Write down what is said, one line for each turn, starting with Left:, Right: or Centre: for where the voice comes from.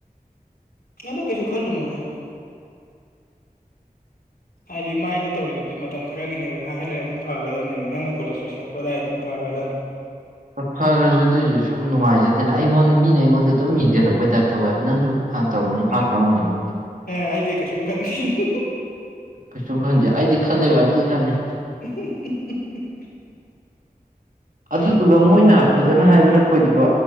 Left: ꯑꯗꯣ ꯀꯩꯁꯨ ꯈꯜꯂꯨꯅꯨꯍꯦ ꯍꯥꯏꯗꯤ ꯃꯥꯏꯗ ꯇꯧꯔꯤꯗꯨꯗꯤ ꯃꯇꯝ ꯈꯔꯒꯤꯅꯦꯕ ꯉꯥꯏꯍꯜꯂꯦ ꯑꯗꯨꯝꯒꯗꯅꯦꯕ ꯅꯪꯅ ꯀꯣꯂꯦꯖ ꯂꯣꯏꯁꯤꯜꯂꯛꯄꯗꯥꯏ ꯑꯗꯨꯝ ꯐꯒꯗꯕꯅꯤ
Right: ꯐꯔꯁꯨ ꯑꯗꯨꯑꯣꯏꯁꯨ ꯁꯨꯝ ꯅꯨꯡꯉꯥꯏꯖꯗꯦꯅ ꯑꯩꯉꯣꯟꯗ ꯃꯤꯅ ꯑꯩꯉꯣꯟꯗ ꯑꯗꯨꯝ ꯌꯦꯡꯜꯛꯩ ꯇꯥꯏꯞꯇ ꯇꯧꯦ ꯍꯥꯏꯕ ꯅꯪꯁꯨ ꯍꯥꯟꯅ ꯇꯧꯔꯝꯝꯕꯅꯤ ꯍ ꯈꯪꯉꯝꯒꯅꯤ
Left: ꯑꯦ ꯑꯩꯗꯤ ꯀꯩꯁꯨ ꯑꯃ ꯈꯠꯅꯤ
Right: ꯀꯩꯁꯨꯝ ꯈꯟꯗꯦ ꯑꯩꯗꯤ ꯈꯜꯂꯦꯕ ꯑꯝꯇꯤ ꯈꯜꯂꯦ
Left: ꯎ
Right: ꯑꯗꯨꯗꯨꯒ ꯃꯣꯏꯅ ꯐꯖꯅ ꯍꯥꯏꯕꯤꯔꯛꯄꯗꯨꯕ